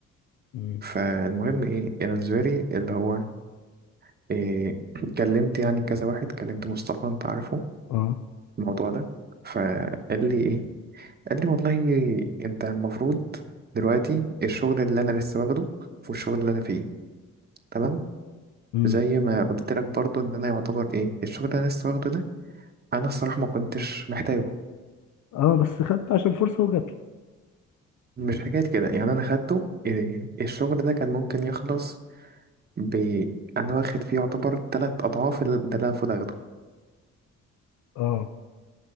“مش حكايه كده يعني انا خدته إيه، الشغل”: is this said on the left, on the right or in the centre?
Right